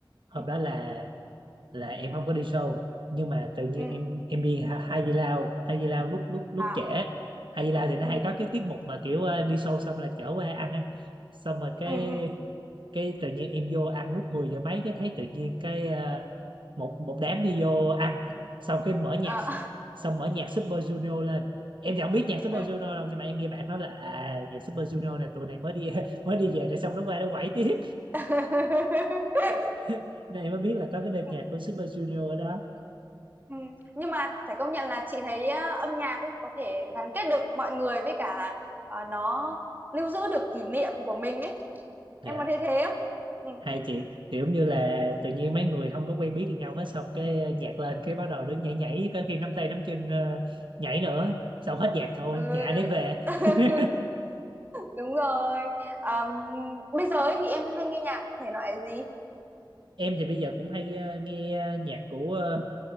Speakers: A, on the right (about 70°); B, on the right (about 25°).
A: hôm
B: ừ,
A: đó là là em không có đi show nhưng mà tự nhiên
B: ừ,
A: em em đi Ha- Hai Di Lao Hai Di Lao lúc lúc lúc
B: à,
A: trễ Hai Di Lao thì nó
B: ừ,
A: hay có cái tiết mục mà kiểu ờ, đi show xong là chở qua ăn ấy xong rồi cái
B: ừ, ừ,
A: cái tự nhiên em vô ăn lúc 10 giờ mấy cái thấy tự nhiên cái ờ, một một đám đi vô ăn xong cái mở nhạc
B: ờ, <laughs>
A: xong mở nhạc Super Junior lên em thì không biết nhạc Super
B: ừ.
A: Junior đâu nhưng mà em nghe bạn nói là à, nhạc Super Junior này tụi này mới đi <laughs> mới đi về rồi xong nó qua nó quẩy tiếp
B: <laughs>
A: <laughs> nên em mới biết là có cái đêm
B: Ừ,
A: nhạc của Super Junior ở đó
B: ừ. nhưng mà phải công nhận là chị thấy á, âm nhạc ấy có thể gắn kết được mọi người với cả là ờ, nó lưu giữ được kỷ niệm của mình ấy em
A: dạ
B: có thấy thế không ừ.
A: hai chị kiểu như là
B: ừ.
A: tự nhiên mấy người không có quen biết gì nhau hết xong cái ờ, nhạc lên cái bắt đầu đứng nhảy nhảy có khi nắm tay nắm chân ờ, nhảy nữa xong hết nhạc thôi
B: ừ,
A: nhà
B: được.
A: đấy về
B: <laughs>
A: <laughs>
B: đúng rồi Ờm, bây giờ ấy thì em hay nghe nhạc thể loại gì
A: em thì bây giờ cũng hay ờ, nghe ờ, nhạc của ờ,